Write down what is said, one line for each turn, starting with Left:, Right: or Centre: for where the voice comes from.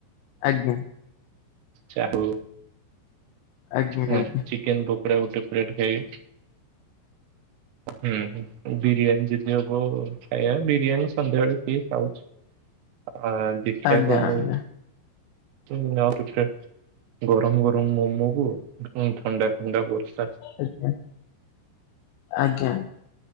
Left: ଆଜ୍ଞା।
Right: ଯା ହଉ
Left: ଆଜ୍ଞା
Right: ହଁ
Left: ଆଜ୍ଞା
Right: ଚିକେନ ପୋକୋଡା ଗୋଟେ ପ୍ଲେଟ ଖାଇବି। ହୁଁ ହ ବିରିୟାନୀ ଯଦି ହବ ଖାଇବା ବିରିୟାନୀ ସନ୍ଧ୍ୟାବେଳେ ଟିଏ ଖାଉଛି। ଆ ଦେଖିବା
Left: ଆଜ୍ଞା
Right: ଆଉ
Left: ଆଜ୍ଞା।
Right: କଣ ହଉଚି କିଛି ଆଉ କିଛି ଖାଇବା ଗରମ ଗରମ ମୋମୋ କୁ ହଁ ଥଣ୍ଡା ଥଣ୍ଡା ବର୍ଷା
Left: ଆଜ୍ଞା ଆଜ୍ଞା।